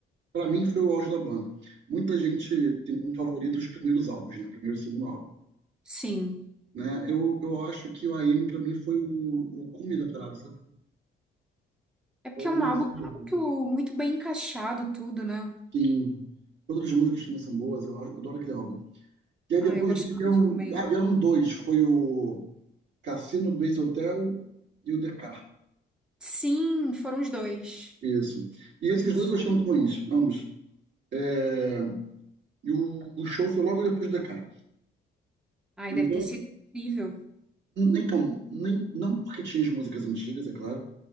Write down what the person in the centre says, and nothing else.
Sim.
É porque
é um
álbum muito, muito bem encaixado, tudo, né?
Ah,
eu gosto
muito também.
Sim, foram os dois.
Dois.
Ai,
deve ter sido incrível.